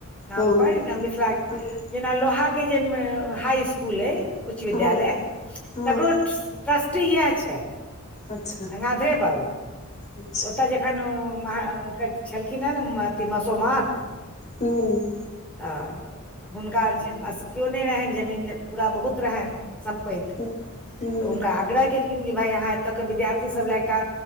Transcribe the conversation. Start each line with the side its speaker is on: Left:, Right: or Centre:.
Centre: नाम
Left: हँ
Centre: पर मिथिला
Left: हँ
Centre: जेना लोहाके जे हाई इसकुल अइ उच्च विद्यालय
Left: हँ हँ
Centre: तकरो ट्रस्टी इएह छथि सगाधरे
Left: अच्छा
Centre: बाबू
Left: अच्छा
Centre: ओतय जखन हुनकर छलखिन हेँ अथ मसोमात
Left: हूँ
Centre: त हुनका केओ नहि रहनि जमीन पूरा बहुत रहनि सम्प्ति तऽ
Left: हूँ
Centre: हुनका आग्रह केलखिन कि भाय यहाँ एतय के विद्यार्थी सब लए एकटा